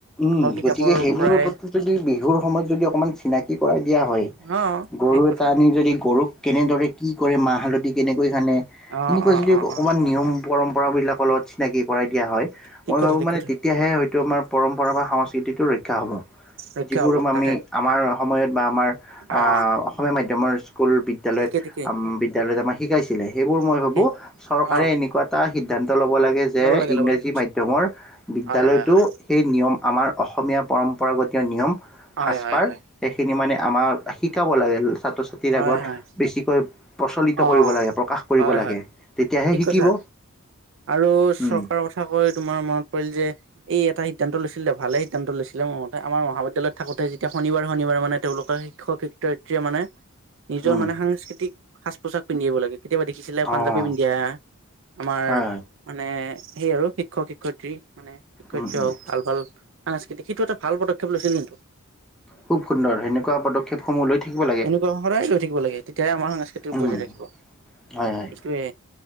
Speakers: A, in the centre; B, on the right.
A: উম
B: আকৌ কিতাপৰ
A: গতিকে সেইবোৰৰ
B: পৰাই
A: প্ৰতি যদি বিহুৰ সময়ত যদি অকমান চিনাকি কৰাই দিয়া হয়
B: অ
A: গৰু
B: ঠিক কথা
A: এটা আনি যদি গৰুক কেনেদৰে কি কৰে মাহ হালধি কেনেকে কৈ খানে এনেকুৱা
B: অ অ
A: যদি
B: অ
A: অকণমান
B: অ
A: নিয়ম পৰম কৰ বিলাকৰ লগত চিনাকি কৰাই দিয়া হয় মই
B: ঠিক কথা
A: ভাবো
B: ঠিক
A: মানে
B: কথা
A: তেতিয়াহে হয়তো আমাৰ আমাৰ সংস্কৃতিটোৰ ৰক্ষা হ'ব
B: ৰক্ষা
A: যিবোৰ
B: হব তাকে
A: আমি আমাৰ সময়ত বা আমাৰ
B: অ
A: অসমীয়া মাধ্যমৰ স্কুল বিদ্যালয়ত
B: ঠিকে ঠিকে
A: আম বিদ্যালয়ত আমাৰ শিকাইছে সেইবোৰ মই
B: ঠিকেই
A: ভাবো চৰকাৰে
B: অ
A: এনেকুৱা সিদ্ধান্ত এটা ল'ব লাগে যে
B: ল'ব লাগে
A: ইংৰাজী
B: ল'ব লাগে
A: মাধ্যমৰ বিদ্যালয়টো
B: হয় হয় হয়
A: নিয়ম আমাৰ অসমীয়া পৰম্পৰাগতীয় নিয়ম
B: হয়
A: সাজপাৰ
B: হয় হয়
A: সেইখিনি মানে আমাৰ শিকাব লাগে ছাত্ৰ ছাত্ৰীৰ
B: হয়
A: আগত
B: হয়
A: বেছিকৈ প্ৰচলিত
B: অ
A: কৰিব লাগে প্ৰকাশ কৰিব
B: হয়
A: লাগে
B: হয়
A: তেতিয়াহে
B: ঠিক
A: শিকিব
B: কথা আৰু
A: উম,
B: চৰকাৰৰ কথা কৈ তোমাৰ মনত পৰিল যে এই এটা সিদ্ধান্ত লৈছিলে ভালে সিদ্ধান্ত লৈছিলে মোৰতে আমাৰ মহাবিদ্যালয়ত থাকোতে যেতিয়া শনিবাৰ শনিবাৰ মানে তেওঁলোকৰ শিক্ষক শিক্ষয়িত্ৰীয়ে মানে নিজৰ
A: উম,
B: মানে সাংস্কৃতিক সাঁজ পোছাক পিন্ধিব লাগে কেতিয়াবা দেখিছিলে পাঞ্জাপী
A: অঁ
B: পিন্ধি আহা আমাৰ
A: হয় হয়
B: মানে সেই আৰু শিক্ষক শিক্ষয়িত্ৰী মানে শিক্ষয়েত্ৰি
A: উম, উম,
B: হওঁক ভাল ভাল সাংস্কৃতিক সেইটো এটা ভাল পদক্ষেপ লৈছিল কিন্তু
A: খুব সুন্দৰ সেনেকুৱা পদক্ষেপসমূহ লৈ থাকিব লাগে
B: এনেকুৱা সদায় লৈ থাকিব লাগে তেতিয়া হে আমাৰ সাংস্কৃতিক
A: উম।
B: বজাই ৰাখিব
A: হয় হয়
B: এইটোয়ে